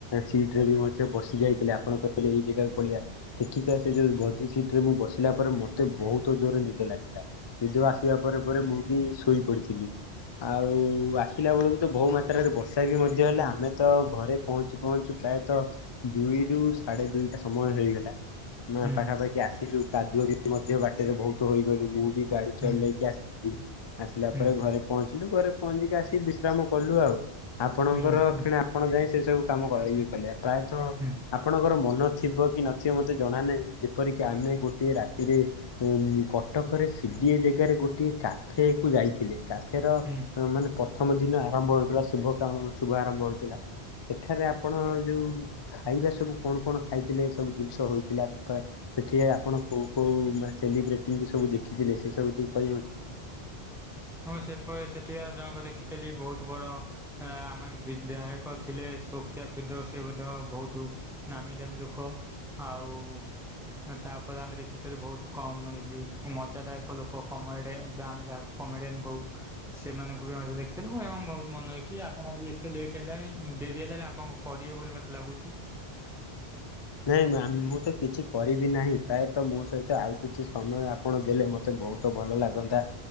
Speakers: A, on the left; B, in the centre.
A: ସିଟ ରେ ବି ମଧ୍ୟ ବସି ଯାଇଥିଲେ ଆପଣ କହିଲେ ଏଇ ଜାଗାକୁ ପଳିଆ ସେଠିକା
B: ହୁଁ
A: ସେ ଯୋଉ ମଝି ସିଟରେ ମୁଁ ବସିଲା ପରେ ମତେ ବହୁତ ଜୋରରେ ନିଦ ଲାଗିଲା ନିଦ ଆସିବା ପରେ ପରେ ମୁଁ ବି ଶୋଇ ପଡ଼ିଥିଲି ଆଉ ପିଲା ବେଳକୁ ତ ବହୁ ମାତ୍ରାରେ ବର୍ଷା ବି ମଧ୍ୟ ହେଲେ
B: ହୁଁ
A: ଆମେ ତ ଘରେ ପହଞ୍ଚି ପହଞ୍ଚି ପ୍ରାୟତଃ ଦୁଇରୁୁ ସାଢେ ଦୁଇଟା ସମୟ ହେଇଗଲା ନା
B: ହୁଁ
A: ପାଖାପାଖି ଆସିଲୁ କାଦୁଅ ବି ମଧ୍ୟ ବାଟରେ ବହୁତ ହୋଇଗଲୁ ମୁଁ ବି ଗାଡି
B: ହୁଁ
A: ଚଲେଇକି ଆସି ଆସିଲା
B: ହୁଁ
A: ପରେ
B: ହୁଁ
A: ଘରେ ପହଞ୍ଚିଲୁ ଘରେ ପହଞ୍ଚିକି ଆସିକି ବିଶ୍ରାମ କଲୁ ଆଉ। ଆପଣଙ୍କର
B: ହୁଁ
A: ଫିଣି ଆପଣ ଯାଇ ସେ ସବୁ କାମ ଇଏ କଲେ ପ୍ରାୟତଃ
B: ହୁଁ
A: ଆପଣଙ୍କର ମନ ଥିବ କି ନଥିବ ମତେ ଜଣା ନାହିଁ ଯେପରିକି ଆମେ ଗୋଟଏ ରା ଥିରେ କଟକରେ ସିଡିଏ ଜାଗାରେ ଗୋଟିଏ କାଫେ କୁ ଯାଇଥିଲେ କାଫେର
B: ହୁଁ
A: ମାନେ ପ୍ରଥମ ଦିନ ଆରମ୍ଭ ହଉଥିଲା ଶୁଭ କାମ ଶୁଭ ଆରମ୍ଭ ହଉଥିଲା ସେଠାରେ ଆପଣ ଯୋଉ ଖାଇବା ସବୁ କଣ କଣ ଖାଇଥିଲେ ଏ ସବୁ ଜିନିଷ ହେଇଥିଲା? ସେଠି
B: ହୁଁ
A: ଆପଣ କୋଉ କୋଉ ମାନେ ସେଲିବ୍ରେଟି ସବୁ ଦେଖିଥିଲେ ସେ ସବୁ ଟିକେ କହିବକି?
B: ମୁଁ ସେପ ସେଠିକ ଜଣକୁ ଦେଖିଥିଲି ବହୁତ ବଡ ଆମେ ବିଧାୟକ ଥିଲେ ସୋିଫିଆ ଫିଦ ସେ ମଧ୍ୟ ବହୁତ ନାମୀ ଦାମୀ ଲୋକ ଆଉ ତାପରେ ଆମେ ଦେଖିଥିଲୁ ବହୁତ କମ ମଜା ଦାୟକ ଲୋକ କମ ଏଟେ ଯ ଆମେ ଯାହାକୁ କମେଡ଼ିଆନ୍ କହୁ। ସେମାନଙ୍କୁ ବି ମତେ ଦେଖିଥିଲୁ ଏବଂ ବହୁତ ମନେ ରଖଛି ଆପଣ ବି ଏତେ ଲେଟ୍ ହେଲାଣି ଡେରି ହେଲାଣି ଆପଣଙ୍କ କରିବେ ବୋଲି ମତେ ଲାଗୁଛି।
A: ନାଇଁ ମାମ୍ ମୁଁ ତ କିଛି କରିବି ନାହିଁ ପ୍ରାୟତଃ ମୋ ସହିତ ଆଉ କିଛି ସମୟ ଆପଣ ଦେଲେ ମତେ ବହୁତ ଭଲ ଲାଗନ୍ତା।